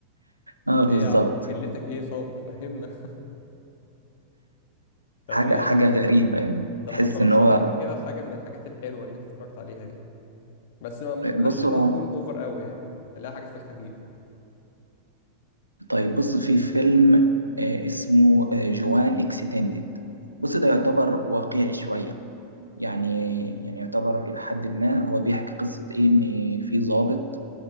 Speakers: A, on the right (about 85°); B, on the left (about 50°).
A: اه بالظبط
B: ايه يا عم ملتك ايه صاب فهمنا طب
A: حاجة
B: ايه
A: حاجة غريبة يعني
B: طب
A: تحس
B: ما ترشح
A: إن هو
B: لي كده حاجه من الحاجات الحلوه اللي انت اتفرجت عليها دي بس ما ما بلاش
A: بص
B: اللي
A: هو
B: هو تكون اوفر قوي يعني خليها حاجات في الخفيف
A: طيب بص في فيلم آه، اسمه آه، جوان اكستندد بص ده يعتبر واقعي
B: مم.
A: شوية يعني يعني يعتبر إلى حد ما هو بيحكي قصة إيه إن في ضابط